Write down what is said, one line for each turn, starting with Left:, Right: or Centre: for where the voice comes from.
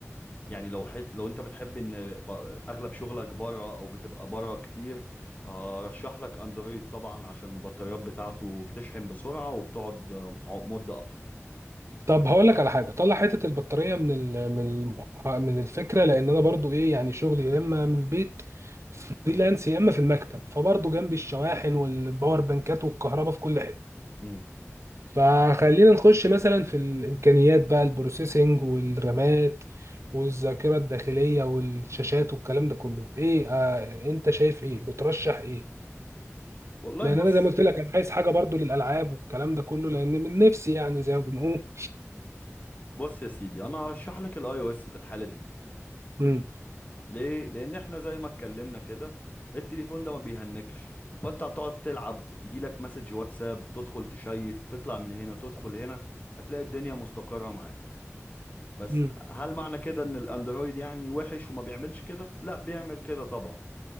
Left: يعني لو حت... لو انت بتحب ان ب... اغلب شغلك بره او بتبقى بره كتير هرشح لك اندرويد طبعا عشان البطاريات بتاعته بتشحن بسرعة وبتقعد ع- مدة اطول
Right: طب هقول لك على حاجة طلع حتة البطارية من ال- من المح- من الفكرة لان انا برضو ايه يعني شغلي يا اما من البيت فريلانس يا اما في المكتب فبرضو جنبي الشواحن والباور بانكات والكهرباء في كل حتة
Left: امم
Right: فخلينا نخش مثلا في الامكانيات بقى البروسيسنج والرامات والذاكره الداخليه والشاشات والكلام ده كله ايه آه انت شايف ايه بترشح ايه
Left: والله
Right: لان
Left: بص
Right: انا زي ما قلت لك انا عايز حاجه برضو للالعاب والكلام ده كله لان من نفسي يعني زي ما بنقول
Left: بص يا سيدي انا هرشح لك الاي او اس في الحالة دي
Right: امم
Left: ليه لان احنا زي ما اتكلمنا كده التليفون ده ما بيهنكش فانت هتقعد تلعب يجي لك مسج واتساب تدخل تشيت تطلع من هنا تدخل هنا هتلاقي الدنيا مستقرة معاك بس
Right: امم
Left: هل معنى كده ان الاندرويد يعني وحش وما بيعملش كده لا بيعمل كده طبعا